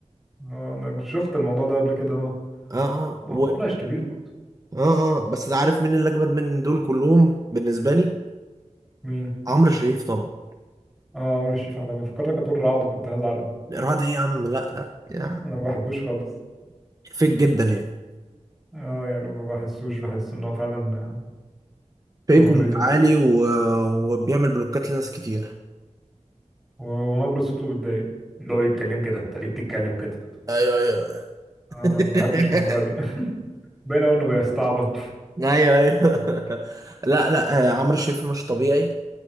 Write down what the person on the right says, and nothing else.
اه اه و...
اه اه بس ده عارف مين اللي اجمد من دول كلهم بالنسبه لي
عمرو شريف طبعا
الارهاب ايه يا عم لا لا يعني
فيك جدا يعني
فيك
ومتعالي
و... وبيعمل بلوكات لناس كتير
ايوه ايوه
<laughs>
ايوه ايوه لا لا آه، عمرو شريف مش طبيعي